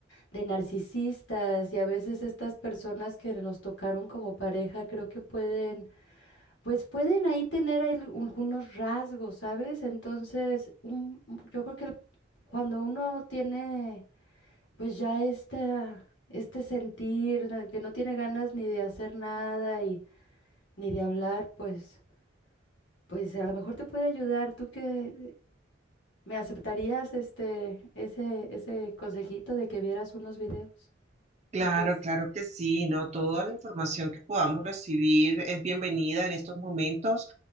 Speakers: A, on the left; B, on the right.
A: de narcisistas y a veces estas personas que nos tocaron como pareja creo que pueden, pues pueden ahí tener al- algunos rasgos, ¿sabes? Entonces, un- yo creo que el- cuando uno tiene pues ya esta, este sentir eh, que no tiene ganas ni de hacer nada y ni de hablar, pues, pues a lo mejor te puede ayudar. ¿Tú que me aceptarías este, ese, ese consejito de que vieras unos videos?
B: Claro,
A: ¿Tú crees?
B: claro que sí, ¿no? Toda la información que podamos recibir es bienvenida en estos momentos,